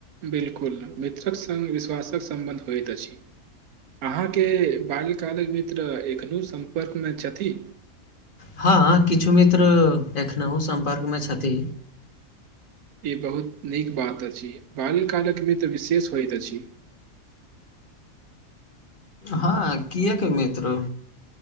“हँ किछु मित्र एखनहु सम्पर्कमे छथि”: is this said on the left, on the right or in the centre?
Left